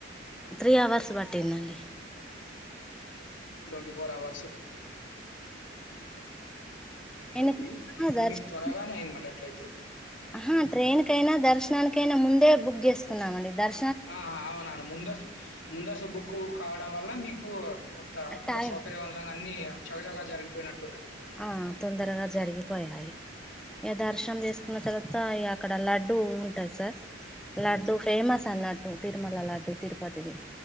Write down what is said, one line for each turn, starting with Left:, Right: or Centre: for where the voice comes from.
Centre: త్రీ అవర్స్ పట్టింది అండి.
Left: Twenty four hours.
Centre: నేను
Left: ఉంది
Centre: దర్శనం
Left: మీకు త్వరగానే అయింది అనమాట అట్లయితే.
Centre: ఆహా ట్రైన్ కైనా దర్శనానికైనా ముందే బుక్ చేసుకున్నామండి దర్
Left: ఆహా అవున ముందస్తు ముందస్తు బుక్కు కావడం వల్ల మీకు. మొత్తం అక్కడ
Centre: టైం
Left: సౌకర్యవంతంగా అన్ని చకచకా జరిగిపోయినట్టు.
Centre: ఆ తొందరగా జరిగిపోయాయి ఇగ
Left: హ్మ్.
Centre: దర్శనం చేసుకున్న తర్వ త ఇగ అక్కడ లడ్డూ ఉంటాది సార్ లడ్డు
Left: హ్మ్.
Centre: ఫేమస్ అన్న తిరుమల లడ్డు తిరుపతిది